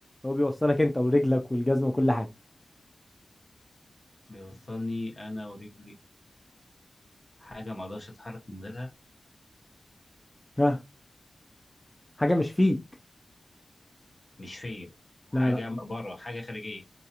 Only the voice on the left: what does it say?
بيوصلني انا ورجلي حاجه ما اقدرش اتحرك من غيرها
مش فيا حاجه
بره حاجه خارجيه